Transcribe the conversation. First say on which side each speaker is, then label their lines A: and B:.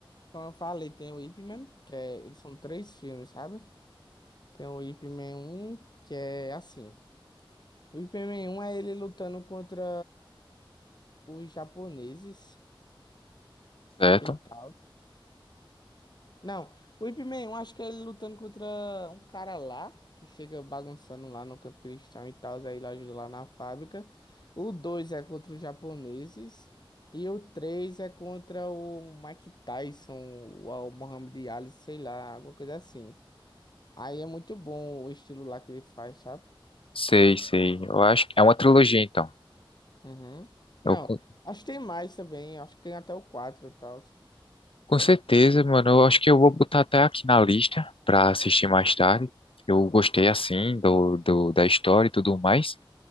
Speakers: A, on the left; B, on the left.
A: como eu falei, tem o Ip Man, que é, eles são três filmes, sabe? Tem o Ip Man 1, que é assim. O Ip Man 1 é ele lutando contra os japoneses
B: Certo?
A: e tal. Não, o Ip Man 1 acho que é ele lutando contra um cara lá, que chega bagunçando lá no canto cristão e tal, aí ele ajuda lá na fábrica. O 2 é contra os japoneses. E o 3 é contra o Mike Tyson, o o Muhammad Ali, sei lá, alguma coisa assim. Aí é muito bom o estilo lá que ele faz, sabe?
B: Sei, sei. Eu acho que é uma trilogia, então.
A: Uhum. Não,
B: Eu, com,
A: acho que tem mais também. Acho que tem até o 4 e tal.
B: com certeza, mano, eu acho que eu vou botar até aqui na lista pra assistir mais tarde. Eu gostei, assim, do, do, da história e tudo mais.